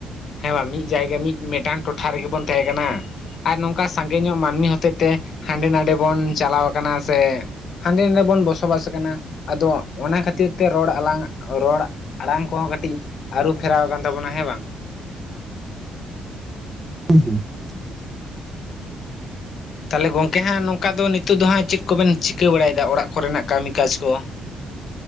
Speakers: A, on the left (about 60°); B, on the right (about 25°).
A: ᱦᱮᱸ ᱵᱟᱝ ᱢᱤᱫ ᱡᱟᱭᱜᱟ ᱢᱤᱫ ᱢᱤᱫ ᱴᱟᱝ ᱴᱚᱴᱷᱟ ᱨᱮᱜᱮ ᱵᱚᱱ ᱛᱟᱦᱮᱸ ᱠᱟᱱᱟ ᱾ ᱟᱨ ᱱᱚᱝᱠᱟ ᱥᱟᱸᱜᱮ ᱧᱚᱜ ᱢᱟᱹᱱᱢᱤ ᱦᱚᱛᱮᱡ ᱛᱮ ᱦᱟᱸᱰᱮ ᱱᱟᱰᱮ ᱵᱚᱱ ᱪᱟᱞᱟᱣ ᱟᱠᱟᱱᱟ ᱥᱮ ᱦᱟᱸᱰᱮ ᱱᱟᱰᱮ ᱵᱚᱱ ᱵᱚᱥᱚᱵᱟᱥ ᱟᱠᱟᱱᱟ ᱾ ᱟᱫᱚ ᱚᱱᱟ ᱠᱷᱟᱹᱛᱤᱨ ᱛᱮ ᱨᱚᱲ ᱟᱞᱟᱝ ᱨᱚᱲ ᱟᱲᱟᱝ ᱠᱚᱦᱚᱸ ᱠᱟᱹᱴᱤᱡ ᱟᱹᱨᱩ ᱯᱷᱮᱨᱟᱣ ᱟᱠᱟᱱ ᱛᱟᱵᱚᱱᱟ ᱦᱮᱸ ᱵᱟᱝ ᱾
B: ᱦᱮᱸ ᱦᱩᱸ ᱾
A: ᱛᱟᱦᱚᱞᱮ ᱜᱚᱝᱠᱮ ᱦᱟᱸᱜ ᱱᱚᱝᱠᱟ ᱫᱚ ᱱᱤᱛᱚᱜ ᱫᱚ ᱦᱟᱸᱜ ᱪᱮᱫ ᱠᱚᱵᱤᱱ ᱪᱤᱠᱟᱹ ᱵᱟᱲᱟᱭ ᱮᱫᱟ ᱚᱲᱟᱜ ᱠᱚᱨᱮᱱᱟᱜ ᱠᱟᱹᱢᱤ ᱠᱟᱡᱽ ᱠᱚ?